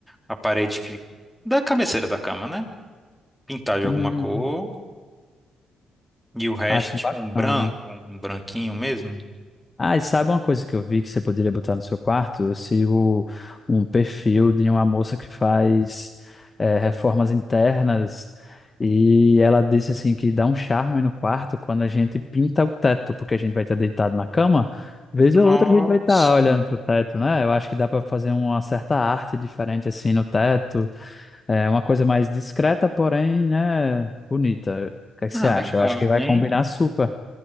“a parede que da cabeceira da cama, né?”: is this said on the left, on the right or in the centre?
Centre